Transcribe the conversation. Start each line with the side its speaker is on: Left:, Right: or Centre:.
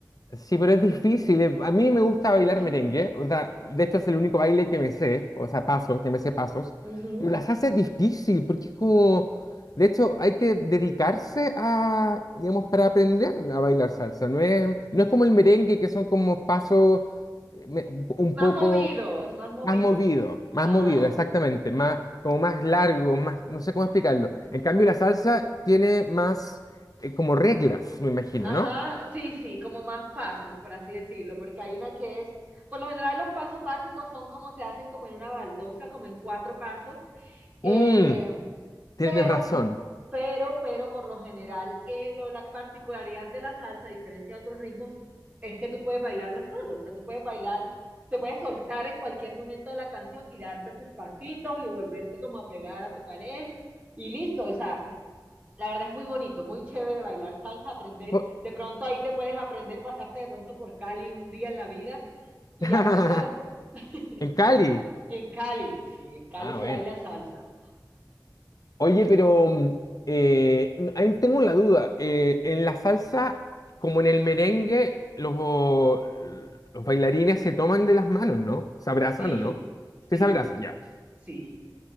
Left: Sí, pero es difícil. eh, A mí me gusta bailar
Right: <laughs>
Left: merengue. O sea, de hecho es el único baile que me sé, o sea, pasos, que me sé pasos.
Right: Ujú.
Left: Pero la salsa es difícil porque es como... De hecho, hay que dedicarse a, digamos, para aprender a bailar salsa. No es, no es como el merengue, que son como pasos eh, me- un
Right: Más
Left: poco
Right: movidos, más movidos.
Left: Más movido, más
Right: Ajá.
Left: movido, exactamente, más, como más largo, más, no sé cómo explicarlo. En cambio, la salsa tiene más, eh, como reglas, me imagino,
Right: Ajá,
Left: ¿no?
Right: sí, sí, como más pasos, por así decirlo, porque hay una que es, por lo general los pasos básicos son como se hacen como en una baldosa, como en cuatro pasos, eh,
Left: Mm, tienes
Right: pero,
Left: razón.
Right: pero, pero por lo general eh, lo- la particularidad de la salsa, a diferencia de otros ritmos, es que tú puedes bailarla solo, o sea, tú puedes bailar, te puedes soltar en cualquier momento de la canción y darte tus pasitos y volverte como a pegar a tu pareja y listo, o sea. La verdad es muy bonito, muy chévere bailar salsa, aprender.
Left: Po-
Right: De pronto ahí te puedes aprender, pasarte de pronto por Cali un día en la vida y
Left: <laughs>
Right: aprender. <laughs>
Left: En Cali.
Right: En Cali, sí, en Cali
Left: Ah,
Right: se
Left: bueno.
Right: baila salsa.
Left: Oye, pero mm, eh, ahí tengo la duda. eh, en la salsa, como en el merengue, los, los bailarines se toman de las manos, ¿no? ¿Se abrazan
Right: Sí,
Left: o no?
Right: sí,
Left: Sí, se abrazan, ya.
Right: sí.